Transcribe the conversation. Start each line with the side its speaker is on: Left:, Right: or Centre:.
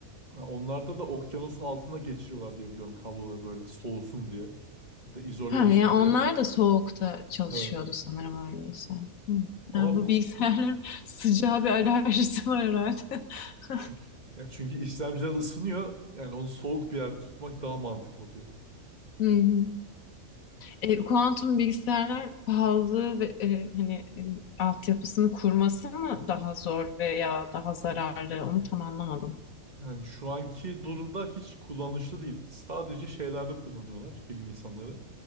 Right: Ya onlarda da okyanusun altına geçiriyorlar diye biliyorum kabloları böyle soğusun diye. Bir de izole
Left: Ha,
Right: olsun
Left: yani onlar
Right: diye.
Left: da soğukta çalışıyordu
Right: Evet.
Left: sanırım öyleyse. Hı.
Right: Ama
Left: Yani
Right: bu
Left: bu
Right: ku-
Left: bilgisayarların <laughs> sıcağa bir alerjisi var herhalde. <laughs>
Right: çünkü, ya çünkü işlemciler ısınıyor. Yani onu soğuk bir yerde tutmak daha mantıklı oluyor.
Left: Hı hı. E, kuantum bilgisayarlar pahalı ve e, hani e, altyapısını kurması mı daha zor veya daha zararlı? Onu tam anlamadım.
Right: Yani şu anki durumda hiç kullanışlı değil. Sadece şeylerde kullanıyorlar bilim insanları.